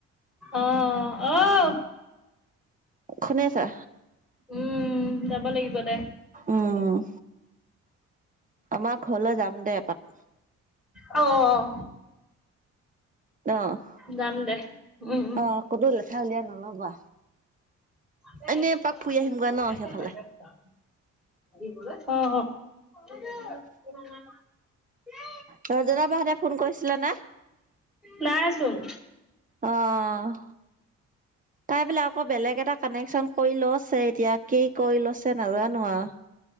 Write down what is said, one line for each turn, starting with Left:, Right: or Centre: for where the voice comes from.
Centre: অ', ঔ।
Right: শুনেছা?
Centre: উম, যাব লাগিব দে।
Right: উম, আমাৰ ঘৰলৈ যাম দে এপাক।
Centre: অ'।
Right: অ',
Centre: যাম দে উম উম
Right: অ', ক'তো লেঠা উলিয়াই নল'বা।
Centre: <unintelligible>
Right: এনেই এপাক ফুৰি আহিমগৈ ন সেইফালে
Centre: অ' <unintelligible>
Right: ৰজেগা বাহঁতে ফোন কৰিছিলেনে?
Centre: নাইচোন।
Right: অ'।
Centre: <inaudible>
Right: তাই পেলাই আকৌ বেলেগ এটা কানেকশ্যন কৰি লৈছে এতিয়া। কি কৰি লৈছে নাজানো আৰু।